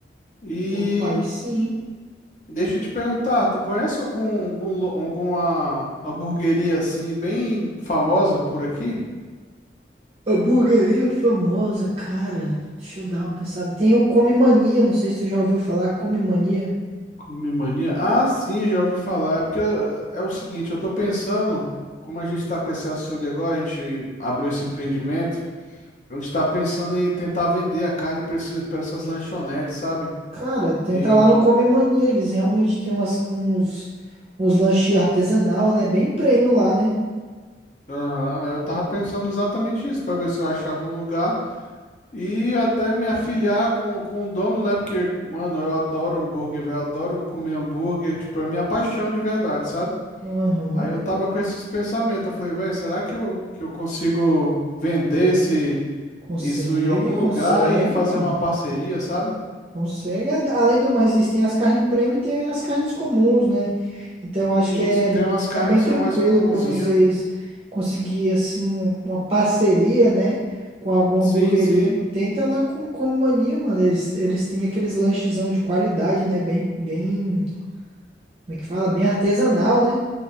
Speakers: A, on the left; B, on the right.
A: E
B: Opa, aí sim.
A: Deixa eu te perguntar, tu conhece algum, algum lo- alguma hamburgueria assim bem famosa por aqui?
B: A burgueria famosa, cara. Deixa eu dar uma pensada. Tem o Come Mania, não sei se tu já ouviu falar, Come Mania.
A: Come Mania? Ah, sim, já ouvi falar. É porque eh, é o seguinte, eu tô pensando, como a gente tá com esse açougue agora, a gente abriu esse empreendimento, a gente tá pensando em tentar vender a carne para para essas lanchonetes, sabe?
B: Cara, tenta
A: E
B: lá no Come Mania, eles realmente têm umas- uns, uns lanches artesanal, né? Bem premium lá, né?
A: aham, eu tava pensando exatamente isso, para ver se eu achava um lugar. E até me afiliar com, com o dono, né? Porque, mano, eu adoro hambúrguer, velho. Adoro comer hambúrguer. Tipo, é minha paixão de verdade, sabe?
B: Aham.
A: Aí eu tava com esses pensamentos. Eu falei, velho, será que eu, que eu consigo vender esse,
B: Consegue,
A: isso em algum
B: consegue,
A: lugar e fazer
B: mano.
A: uma parceria, sabe?
B: Consegue. A- Além do mais, vocês têm as carnes premium e tem as carnes comuns, né? Então acho
A: E
B: que é,
A: isso, tem umas carnes
B: é bem
A: que são
B: tranquilo
A: mais comunzinhas.
B: pra vocês conseguir, assim, uma parceria, né? Com alguma
A: Sim,
B: hamburgueria.
A: sim.
B: Tenta lá com o Come Mania, mano. Eles, eles têm aqueles lanchezão de qualidade, né? Bem, bem, como é que fala? Bem artesanal, né?